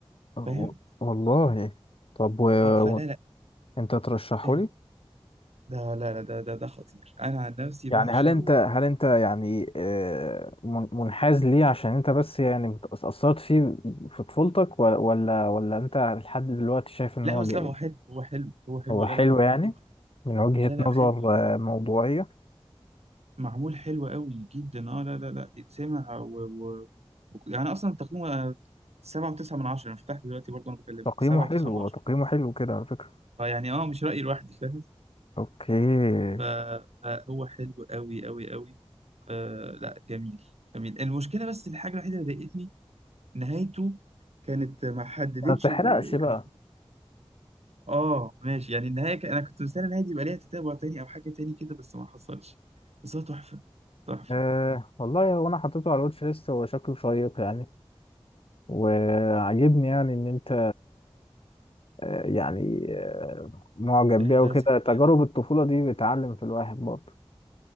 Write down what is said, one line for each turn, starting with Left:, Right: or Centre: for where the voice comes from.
Left: آه،
Right: فاهم؟
Left: و- والله طب و...
Right: اه فلا
Left: و...
Right: لا
Left: انت ترشحه
Right: ال-
Left: لي
Right: ده لا لا ده ده ده خطير أنا عن نفسي
Left: يعني
Right: بعشقه
Left: هل انت هل انت يعني آه، من- منحاز ليه عشان انت بس يعني اتأثرت فيه في طفولتك و- ولا ولا انت لحد دلوقتي شايف ان
Right: لا
Left: هو
Right: بس
Left: جيد
Right: لا هو حلو هو حلو هو حلو
Left: هو
Right: لا
Left: حلو
Right: لا هو
Left: يعني
Right: حلو جدا
Left: من وجهة
Right: لا لا
Left: نظر
Right: حلو
Left: آه، موضوعية
Right: معمول حلو قوي جدا اه لا لا لا يتسمع و... و... يعني اصلا تقييمه سبعة وتسعة من عشرة انا فتحت دلوقتي برضه انا بكلمك
Left: تقييمه
Right: سبعة
Left: حلو
Right: وتسعة من
Left: هو
Right: عشرة
Left: تقييمه حلو كده على فكرة
Right: فيعني اه مش رأيي لوحدي فاهم
Left: اوكي
Right: ف- فهو حلو قوي قوي قوي آه لا جميل جميل المشكلة بس الحاجة الوحيدة اللي ضايقتني نهايته كانت ما حددتش
Left: ما تحرقش
Right: ال- ال-
Left: بقى
Right: يعني اه ماشي يعني النهاية ك... انا كنت مستني النهاية دي يبقى ليها تتابع تاني او حاجة تاني كده بس ما حصلش بس هو تحفة تحفة
Left: أه والله هو انا حطيته على الواتش ليست هو شكله شيق يعني وعجبني يعني ان انت أه يعني أه معجب
Right: ده
Left: بيه
Right: ده
Left: وكده
Right: ذكريات
Left: تجارب الطفولة دي بتعلم في الواحد برضه